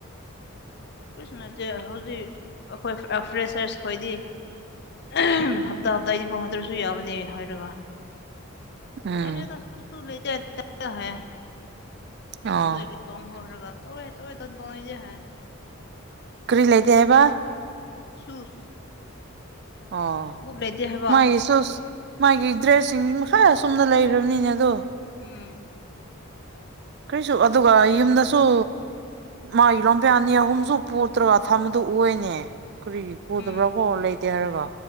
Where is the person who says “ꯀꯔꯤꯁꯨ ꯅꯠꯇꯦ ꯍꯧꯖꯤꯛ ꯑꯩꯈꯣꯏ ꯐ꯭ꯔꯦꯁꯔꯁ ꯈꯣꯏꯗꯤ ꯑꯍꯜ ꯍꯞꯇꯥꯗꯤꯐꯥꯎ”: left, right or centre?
Left